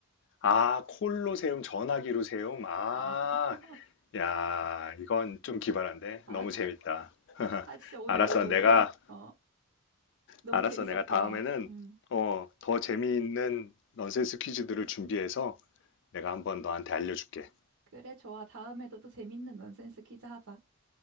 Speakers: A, on the left; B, on the right.
A: 아, 콜로세움, 전화기로세움. 아,
B: 아, <laughs>
A: 야, 이건 좀 기발한데?
B: 아,
A: 너무 재밌다. <laughs>
B: 아, 진짜 오늘
A: 알았어,
B: 너무,
A: 내가
B: 어, 너무
A: 알았어.
B: 재밌었다.
A: 내가 다음에는
B: 음.
A: 어, 더 재미있는 넌센스 퀴즈들을 준비해서 내가 한번 너한테 알려줄게.
B: 그래, 좋아. 다음에도 또 재밌는 넌센스 퀴즈 하자.